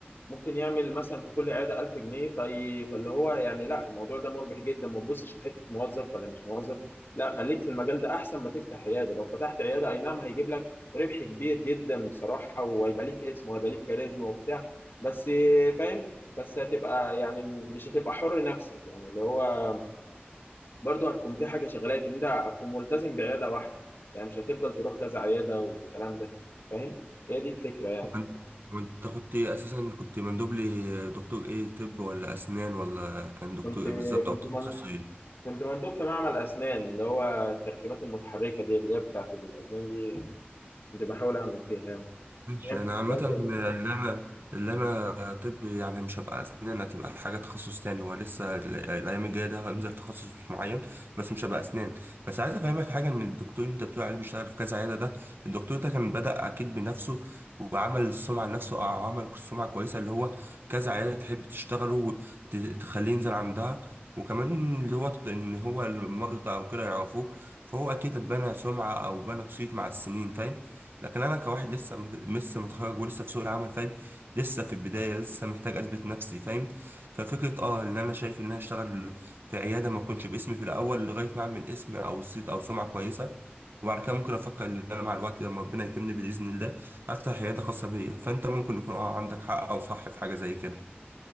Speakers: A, on the left; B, on the right.
A: ممكن يعمل مثلا في كل عياده 1000 جنيه في... فاللي هو يعني لا الموضوع ده مربح جدا ما تبصش لحته موظف ولا مش موظف لا خليك في المجال ده احسن ما تفتح عياده لو فتحت عياده اي نعم هيجيب لك ربح كبير جدا بصراحه وهيبقى ليك اسم وهيبقى ليك كاريزما وبتاع بس فاهم بس هتبقى يعني مش هتبقى حر نفسك يعني اللي هو برضه هتكون في حاجه شغلاك ان انت هتكون ملتزم بعياده واحده يعني مش هتفضل تروح كذا عياده والكلام ده فاهم هي دي الفكره يعني
B: وانت وأنت كنت إيه اساسا كنت مندوب لي دكتور ايه طب ولا اسنان ولا كان دكتور
A: كنت
B: ايه بالظبط
A: كنت
B: او تخصص ايه
A: كنت مندوب في معمل أسنان اللي هو التركيبات المتحركة دي اللي هي بتاعة الأسنان دي كنت بحاول أعمل فيها يعني
B: ماشي
A: يعني كنت
B: انا عامة
A: بودي
B: اللي
A: أسنان.
B: انا اللي انا طب يعني مش هبقى اسنان هتبقى حاجة تخصص تاني هو لسه ال- الايام الجاية ده هنزل تخصص معين بس مش هبقى اسنان بس عايز افهمك حاجة ان الدكتور اللي انت بتقول عليه بيشتغل في كذا عيادة ده الدكتور ده كان بدأ اكيد بنفسه وعمل السمعة لنفسه او عمل سمعة كويسة اللي هو كذا عيادة تحب تشتغله وتخليه ينزل عندها وكمان اللي هو ان هو المرضى او كده يعرفوه فهو اكيد اتبنى سمعة او بنى صيت مع السنين فاهم لكن انا كواحد لسه م- لسه متخرج ولسه في سوق العمل فاهم لسه في البدايه لسه محتاج اثبت نفسي فاهم ففكره اه اللي انا شايف ان انا اشتغل في عياده ما اكونش باسمي في الاول لغايه ما اعمل اسم او صيت او سمعه كويسه وبعد كده ممكن افكر ان انا مع الوقت لما ربنا يكرمني باذن الله افتح عياده خاصه بيا فانت ممكن يكون اه عندك حق او صح في حاجه زي كده